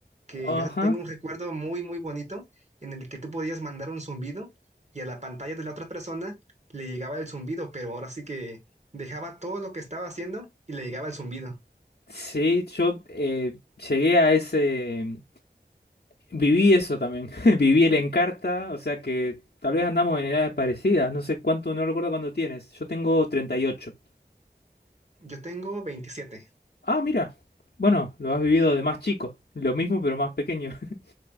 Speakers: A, on the right; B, on the left.
A: que
B: ajá.
A: yo tengo un recuerdo muy, muy bonito en el que tú podías mandar un zumbido y a la pantalla de la otra persona le llegaba el zumbido, pero ahora sí que dejaba todo lo que estaba haciendo y le llegaba el zumbido.
B: Sí, yo eh, llegué a ese, viví eso también, <laughs> viví el Encarta, o sea que tal vez andamos en edades parecidas, no sé cuánto, no recuerdo cuándo tienes, yo tengo treinta y ocho
A: Yo tengo 27.
B: Ah, mira, bueno, lo has vivido de más chico, lo mismo pero más pequeño. <laughs>